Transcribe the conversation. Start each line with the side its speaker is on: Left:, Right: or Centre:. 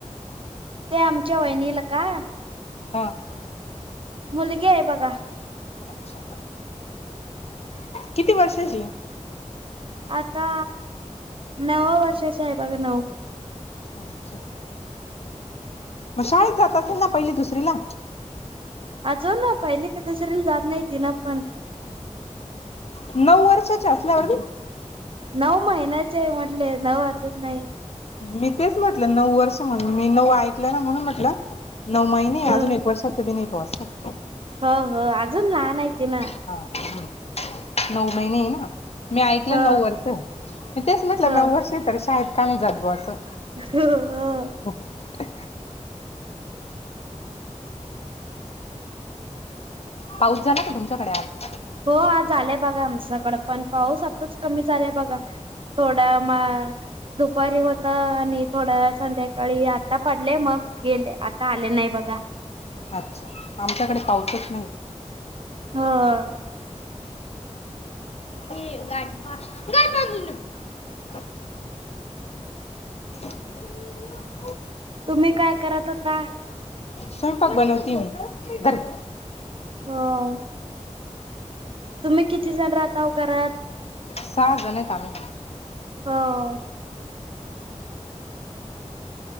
Right: ते आमच्या वहिनीला का?
Left: हो..
Right: मुलगी आहे बघा.
Left: अच्छा! किती वर्षाची ये?
Right: आता नवं वर्षाची आहे, बघा नऊ.
Left: अच्छा! मग शाळेत जात असेल ना पहिली, दुसरी ला?
Right: आजून पहिली ते दुसरी जात नाही ती ना पण
Left: नऊ वर्षाची असल्या वर बी?
Right: नऊ महिन्याचे हे म्हटले, नऊ वर्षाची नाही.
Left: मी तेच म्हटलं नऊ वर्ष म्हणून मी नऊ ऐकलं ना, म्हणून म्हटलं. नऊ महिने,
Right: हो
Left: अजून एक वर्षाचं बी नई बॉ असं.
Right: हो-हो, अजून लहान आहे ती ना.
Left: <unintelligible> नऊ महिने हे ना. मी ऐकलं
Right: हो
Left: नऊ वर्ष म तेच म्हटलं,
Right: हो
Left: नऊ वर्ष तरी शाळेत का नाही जात बॉ असं.
Right: <unintelligible>
Left: मोगलं पाऊस झाला का तुमच्याकडे आज?
Right: हो झालंय बघा आमच्याकडं पण पाऊस आताच कमी झालाय बघा. थोडा म दुपारी होतं आणि थोडं संध्याकाळी आता पडले मग गेले, आता आले नाही बघा.
Left: अच्छा! आमच्याकडे पाऊसच नये.
Right: हं.
Left: ती गाठ बांध, गाठ बांधून दे. <inaudible> <unintelligible>
Right: तुम्ही काय करत होता?
Left: स्वयंपाक बनवती मी. धररे.
Right: हं. तुम्ही किती जण राहता वो घरात?
Left: सहा जणतं आम्ही.
Right: हं.